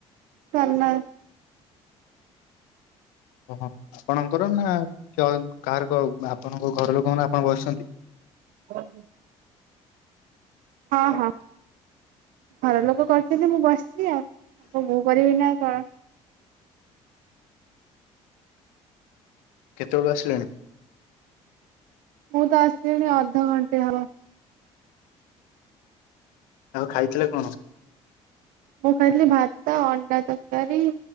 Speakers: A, on the right (about 75°); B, on the left (about 80°).
A: corner.
B: ଓହୋ ଆପଣଙ୍କର ନା କାହାର ଆପଣଙ୍କ ଘର ଲୋକମାନେ ଆପଣ ବସିଛନ୍ତି?
A: <inaudible> ହଁ ହଁ। ଘର ଲୋକ କରିଛନ୍ତି ମୁଁ ବସିଛି ଆଉ ଆ ମୁଁ କରିବି ନା କଣ?
B: କେତେବେଳୁ ଆସିଲେଣି?
A: ମୁଁ ତ ଆସିଣି ଅଧଘଣ୍ଟେ ହବ।
B: ଆଉ ଖାଇଥିଲେ କଣ?
A: ମୁଁ ଖାଇଥିଲି ଭାତ, ଅଣ୍ଡା ତରକାରୀ,